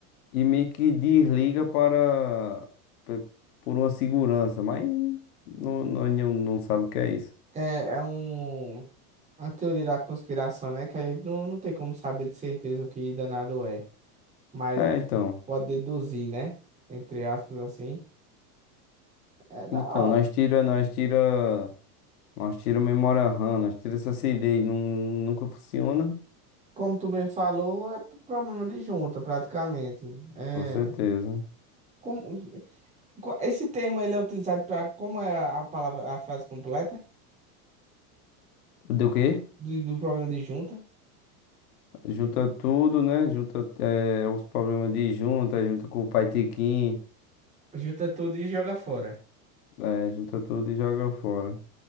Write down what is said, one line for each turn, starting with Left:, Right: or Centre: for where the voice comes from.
Left: e meio que desliga para pe- por uma segurança, mas não, não, não, não sabe o que é isso.
Right: É, é um, uma teoria da conspiração, né? Que a gente não, não tem como saber de certeza o que danado é. Mas
Left: É, então,
Right: pode deduzir, né? Entre aspas, assim. É da
Left: então
Right: hora.
Left: nós tira, nós tira, nós tira memória RAM, nós tira essa CD, não, nunca funciona,
Right: Como tu bem falou, é p- problema de junta, praticamente. É.
Left: com certeza.
Right: Como, qual- esse termo ele é utilizado para. Como é a a palavra, a frase completa?
Left: Do quê?
Right: do, do problema de junta.
Left: Junta tudo, né? Junta eh, os problemas de junta, junta com o Pai Tiquinho,
Right: Junta tudo e joga fora.
Left: eh, junta tudo e joga fora.